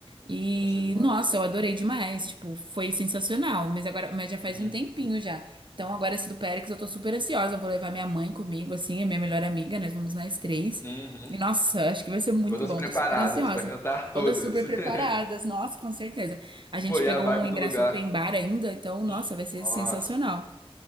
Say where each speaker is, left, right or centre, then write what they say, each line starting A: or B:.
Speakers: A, on the right; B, on the left.
A: E,
B: nossa, Sorriso Maroto
A: nossa,
B: é
A: eu adorei
B: bom.
A: demais, tipo, foi sensacional, mas agora, mas já faz
B: Uhum.
A: um tempinho já. Então, agora esse do Péricles, eu tô super ansiosa, eu vou levar minha mãe comigo, assim, a minha melhor amiga, nós vamos nós três.
B: Uhum.
A: E, nossa, acho que vai ser muito
B: Todas
A: bom,
B: preparadas
A: tô super ansiosa.
B: pra cantar todas.
A: Todas super preparadas,
B: <laughs>
A: nossa, com certeza. A gente
B: Pô, e
A: pegou
B: a vibe
A: um ingresso
B: do lugar?
A: open bar ainda, então, nossa,
B: Hum.
A: vai ser
B: Nossa.
A: sensacional.